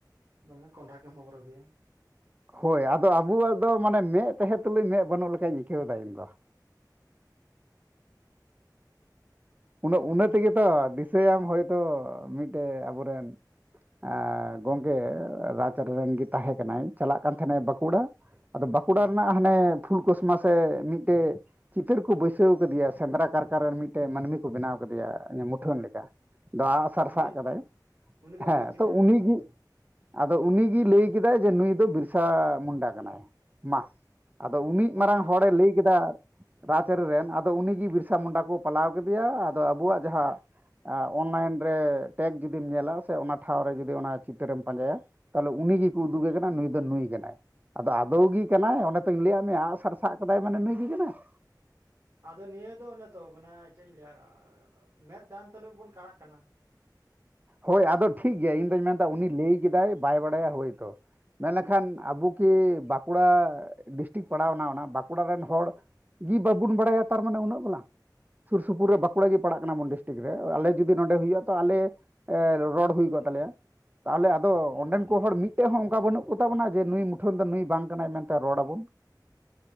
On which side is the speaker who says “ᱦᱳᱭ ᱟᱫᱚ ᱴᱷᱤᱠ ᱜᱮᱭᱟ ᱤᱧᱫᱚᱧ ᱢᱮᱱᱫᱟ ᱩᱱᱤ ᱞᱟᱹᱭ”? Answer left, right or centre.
Right